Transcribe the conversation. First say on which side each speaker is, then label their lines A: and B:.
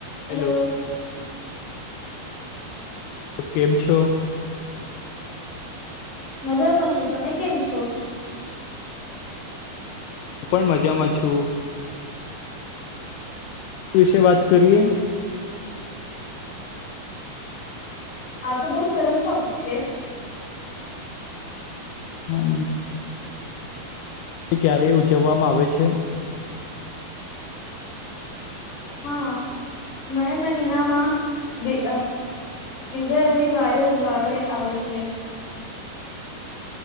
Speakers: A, on the left; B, on the left.
A: હલો.
B: Hello તો કેમ છો?
A: મજામાં છું તમે કેમ છો?
B: હું પણ મજામાં છું. વિશે વાત કરીએ.
A: આા તો બહુ સરસ ટોપિક છે.
B: <inaudible> એ ક્યારે ઉજવવામાં આવે છે
A: હા મે મહિનામાં બે બીજા રવિવારે ઉજવાવે આવે છે.